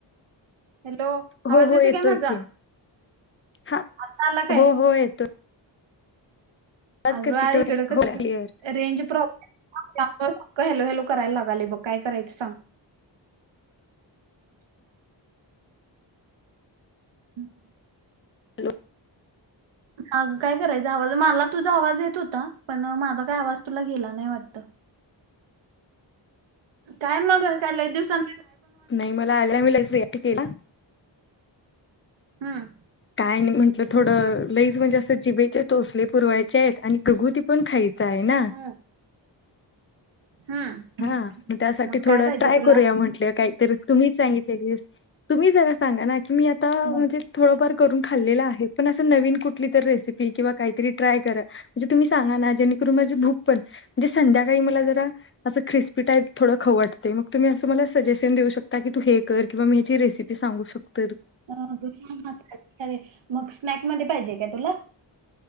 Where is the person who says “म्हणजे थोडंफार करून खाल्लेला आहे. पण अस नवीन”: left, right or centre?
Left